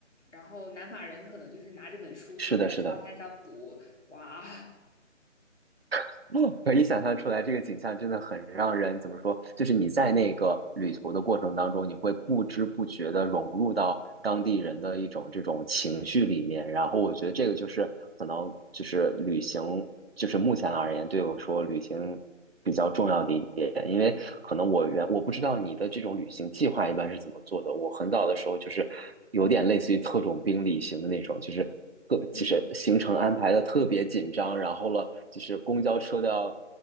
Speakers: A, on the left (about 65°); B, on the right (about 55°).
A: 然后南法人可能就是拿着本书躺在沙滩上读，
B: 是的，是的，
A: 哇，
B: <laughs> 可以想象出来，这个景象真的很让人怎么说？就是你在那个旅途的过程当中，你会不知不觉的融入到当地人的一种这种情绪里面。然后我觉得这个就是可能就是旅行，就是目前而言对我说旅行比较重要的一点，因为可能我原我不知道你的这种旅行计划一般是怎么做的。我很早的时候就是有点类似于特种兵旅行的那种，就是特就是行程安排的特别紧张，
A: <laughs> 嗯
B: 然后了就是公交车都要，